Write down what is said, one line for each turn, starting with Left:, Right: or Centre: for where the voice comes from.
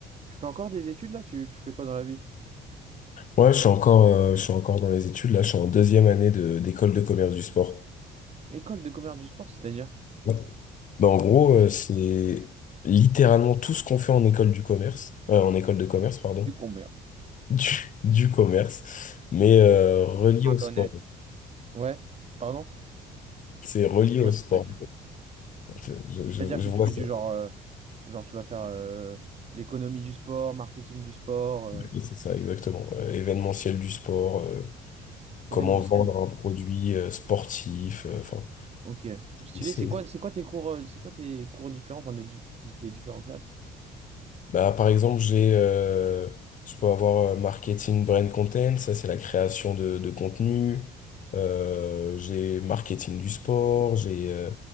Right: Tu fais encore des études là? Tu, tu fais quoi dans la vie?
Left: Ouais, je suis encore, euh, je suis encore dans les études. Là, je suis en deuxième année de, d'école de commerce du sport.
Right: École de commerce du sport, c'est-à-dire?
Left: Ouais. Ben, en gros, euh, c'est littéralement tout ce qu'on fait en école du commerce, euh, en école de commerce, pardon,
Right: Du commerce.
Left: <laughs> du, du commerce, mais euh, relié
Right: Un
Left: au sport.
Right: honnête. Ouais, pardon?
Left: C'est relié
Right: Moi,
Left: au
Right: je
Left: sport.
Right: suis taquin.
Left: Je, je- je-
Right: C'est-à-dire
Left: je
Right: que tu
Left: vois
Right: fais
Left: ça.
Right: du genre, euh, genre tu vas faire euh, l'économie du sport, marketing du sport, euh,
Left: Oui, C'est ça, exactement. Euh, événementiel du sport, euh,
Right: événementiel.
Left: comment vendre un produit euh, sportif, euh, enfin,
Right: Ok, stylé.
Left: c'est
Right: C'est quoi, c'est quoi tes cours, euh, c'est quoi tes cours différents, enfin des, di- des différentes classes?
Left: Bah, par exemple, j'ai, euh, je peux avoir euh, marketing brand content, ça c'est la création de, de contenu. Euh, j'ai marketing du sport, j'ai euh,